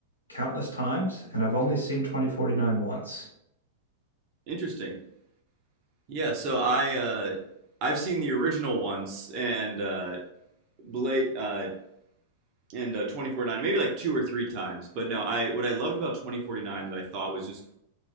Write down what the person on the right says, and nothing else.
Interesting. Yeah, so I uh I've seen the original once and uh Blade uh and uh 2049 maybe like two or three times. But no, I what I loved about 2049 that I thought was just